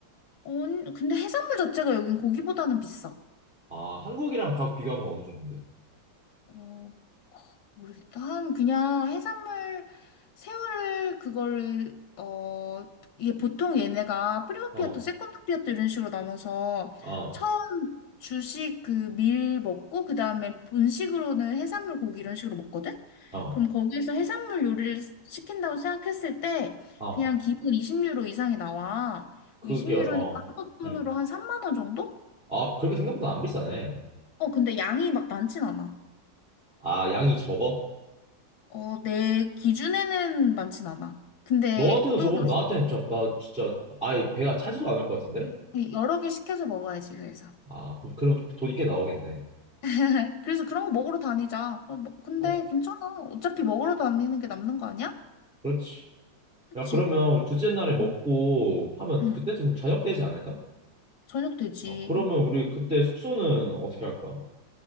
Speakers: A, on the left (about 85°); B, in the centre.
A: 어 근데 해산물 자체가 여긴 고기보다는 비싸.
B: 아, 한국이랑 바- 비교하면 어느 정도인데?
A: 어, 모르겠다. 한 그냥 해산물 새우를 그걸 어 이게 보통 얘네가 프리모
B: 어.
A: 피아토, 세컨드 피아토 이런 식으로 나눠서
B: 어.
A: 처음 주식 그 밀 먹고 그다음에 본식으로는 해산물 고기 이런 식으로 먹거든.
B: 어.
A: 그럼 거기에서 해산물 요리를 시킨다고 생각했을 때
B: 어.
A: 그냥 기본 20유로 이상이 나와.
B: 그게
A: 20유로니까
B: 어.
A: 한국 돈으로
B: 음.
A: 한 3만 원 정도?
B: 아, 그렇게 생각보다 안 비싸네.
A: 어, 근데 양이 막 많진 않아.
B: 아, 양이 적어?
A: 어, 내 기준에는 많진 않아. 근데
B: 너한테도 적으면
A: 또 다시
B: 나한테는 진짜 나 진짜 아예 배가 차지도 않을 것 같은데?
A: 여러 개 시켜서 먹어야지, 그래서.
B: 아, 그럼 그럼 돈이 꽤 나오겠네.
A: <laughs> 그래서 그런 거 먹으러 다니자. 어, 뭐- 근데
B: 어.
A: 괜찮아. 어차피 먹으러 다니는 게 남는 거 아니야?
B: 그렇지.
A: 그치?
B: 야, 그러면 우리 둘째 날에 먹고
A: 응.
B: 하면
A: 응.
B: 그때쯤 저녁 되지 않을까?
A: 저녁 되지.
B: 어, 그러면 우리 그때 숙소는 어떻게 할 거야?